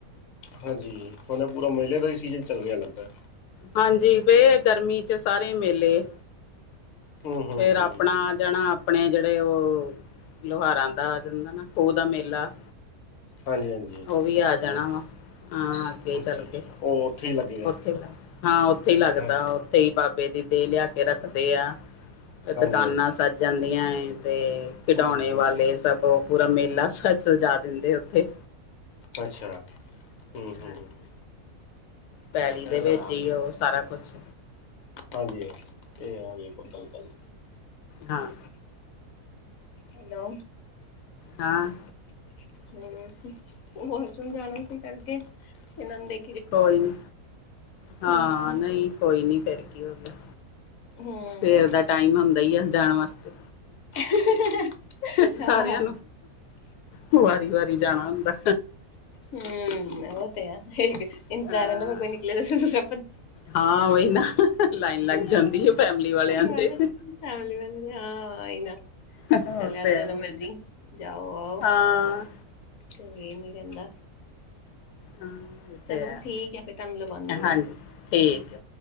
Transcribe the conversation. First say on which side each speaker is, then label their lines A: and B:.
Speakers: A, on the left; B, on the left.
A: ਹਾਂਜੀ ਜੀ, ਹੁਨ ਨਾ ਪੂਰਾ ਮੁਹਿਲੇ ਦਾ ਹੀ ਸੀਜਨ ਚੱਲ ਰਿਹਾ ਲੱਗਦਾ।
B: ਹਾਂਜੀ ਬੇ ਗਰਮੀ ਚ ਸਾਰੇ ਮੇਲੇ।
A: ਹੂੰ ਹੂੰ
B: ਫੇਰ
A: ਹੂੰ
B: ਆਪਣਾ ਆ ਜਣਾ ਆਪਣੇ ਜਿਹੜੇ ਓਹੋ ਲੁਹਾਰਾਂ ਦਾ ਆ ਜਾਂਦਾ ਨਾ, ਖੂਹ ਦਾ ਮੇਲਾ।
A: ਹਾਂਜੀ ਹਾਂਜੀ
B: ਉਹ ਵੀ ਆ ਜਾਣਾ
A: ਹੂੰ
B: ਵਾਂ। ਹਾਂ ਅੱਗੇ
A: ਅੱਛਾ
B: ਚੱਲ
A: ਅੱਛਾ
B: ਕੇ,
A: ਉਹ ਉੱਥੇ ਹੀ ਲੱਗੇਗਾ
B: ਉਥੇ। ਹਾਂ ਉੱਥੇ ਈ ਲੱਗਦਾ
A: ਹਾਂ
B: ਉੱਥੇ ਈ ਬਾਬ ਬੇ ਦੀ ਦੇ ਲਿਆ ਕੇ ਰੱਖਦੇ ਆ,
A: ਹਾਂਜੀ
B: ਦੁਕਾਨਾਂ
A: ਹਾਂਜੀ
B: ਸਜ ਜਾਂਦੀਆਂ ਏ। ਤੇ ਖਿਡੌਣੇ
A: ਹੂੰ ਹੂੰ
B: ਵਾਲੇ, ਸਭ ਪੂਰਾ ਮੇਲਾ ਸਜ ਸਜਾ ਦਿੰਦੇ ਉੱਥੇ।
A: ਅੱਛਾ। ਹੂੰ ਹੂੰ
B: ਹਾਂਜੀ। ਪੈਲੀ
A: ਇਹ
B: ਦੇ ਵਿੱਚ
A: ਨਾ
B: ਈ ਓਹ ਸਾਰਾ ਕੁਛ
A: ਹਾਂਜੀ ਹਾਂ। ਇਹ ਆ ਵੀ ਕੋਈ ਗੱਲ ਗੱਲ
B: ਹਾਂ।
A: ਹੈਲੋ।
B: ਹਾਂ।
A: ਹਮ ਹੋਰ ਸਮਝਾਣਾ ਕੀ ਕਰਗੇ, ਇਹਨਾਂ ਦੇ
B: ਕੋਈ ਨਹੀਂ ਹਾਂ
A: ਹੂੰ
B: ਨਹੀਂ ਕੋਈ ਨੀ ਫਿਰ ਕੀ ਹੋ ਗਿਆ
A: ਹੂੰ
B: ਸਵੇਰ ਦਾ ਟਾਈਮ ਹੁੰਦਾ ਆ ਜਾਣ ਵਾਸਤੇ
A: <unintelligible>
B: ਸਾਰਿਆਂ
A: ਹਾਂ
B: ਨੂੰ ਵਾਰੀ ਵਾਰੀ ਜਾਣਾ ਹੁੰਦਾ
A: ਹਮ ਓਤਿਆ ਹੈ ਇੰਜ਼ਾਰਨਾਂ
B: ਹਾਂ
A: ਮ ਕੋਈ ਨਿਕਲੇੱਜੇ
B: ਹਾਂ ਉਹੀ ਨਾ ਲਾਈਨ ਲੱਗ
A: ਪਰਿਵਾਰ
B: ਜਾਂਦੀ ਹੈ ਫੈਮਲੀ ਵਾਲਿਆਂ ਦੇ
A: ਚ ਫੈਮਲੀ ਵਾਲੇ ਨੇ ਹਾਂ ਹੀ ਨਾ
B: ਉਹ
A: ਚ ਲਿਆਦਾ
B: ਤੇ
A: ਜਦੋਂ
B: ਹੈ
A: ਮਰਜ਼ੀ ਜਾਓ ਆਓ
B: ਹਾਂ
A: ਇਹ ਨੀ ਰਹਿੰਦਾ
B: ਹਾਂ ਇਹ ਤੇ
A: ਚਲੋ
B: ਹੈ
A: ਠੀਕ ਆ ਫਿਰ ਤੁਹਾਨੂੰ ਲਵਾਉਦੀ ਆ ਮੈਂ
B: ਹਾਂਜੀ ਠੀਕ ਹੈ